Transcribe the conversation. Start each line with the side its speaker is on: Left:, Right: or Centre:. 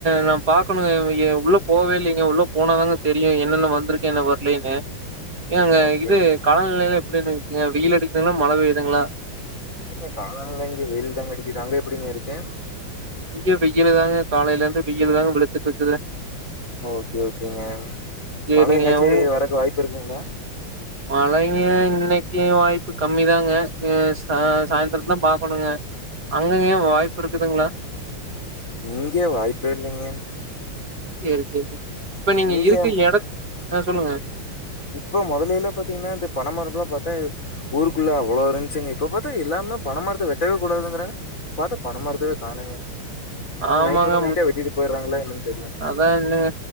Right: நான் பாக்கணுங்க இங் உள்ள போவே இல்லைங்க உள்ள போனாதாங்க தெரியும் என்னென்ன வந்திருக் என்ன வரலேன்னு ஏங்க
Left: ஓகேங்க
Right: இது காலநிலையில எப்டி இருக்குங்க வெயில் அடிக்குதுங்களா மழ பெய்துங்களா
Left: இங்க காலான்லா இங்க வெயில் தாங்க அடிக்குதுங்க அங்க எப்டிங்க இருக்கு
Right: இங்க வெயிலு தாங்க காலையில இருந்து வெயில் தாங்க வெழுத்துட்டு இருக்குது
Left: ஓகே ஓகேங்க
Right: சரிங்க.
Left: மழை எங்காச்சும்
Right: உங்
Left: வரக்கு வாய்ப்பு இருக்குங்களா
Right: மழைங்க இன்னைக்கு வாய்ப்பு கம்மி தாங்க எஸ் ஆ
Left: ம்
Right: சாயந்திரம் தான் பாக்கணுங்க அங்கங்கயன் வாய்ப்பு இருக்குதுங்களா
Left: இங்கே வாய்ப்பே இல்லைங்க
Right: சரி சரி இப்ப நீங்க
Left: இங்க
Right: இருக்கு எட அ சொல்லுங்க
Left: இப்ப மொதலில்லா பாத்தீங்கன்னா இந்த பண மரம்ல்லாம் பாத்து ஊருக்குள்ள அவ்ளோ இருந்துச்சுங்க இப்ப பாத்தா எல்லருமே பணமரத்தை வெட்டவே கூடாதுங்கறாங்க பாத்தா பணமரத்தவே காணங்க
Right: ஆமாங்க
Left: நைட்டோட நைட்டா வெட்டிட்டு போயிடுறாங்களா என்னன்னு தெரியலங்க
Right: ல என்னங்க